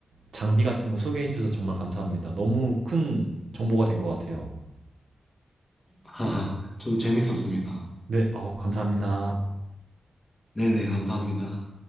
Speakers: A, on the right; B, on the left.
A: 장비 같은 거 소개해 주셔서 정말 감사합니다. 너무 큰 정보가 된 것 같아요.
B: <laughs> 저도 재밌었습니다.
A: 네, 어, 감사합니다.
B: 네네, 감사합니다.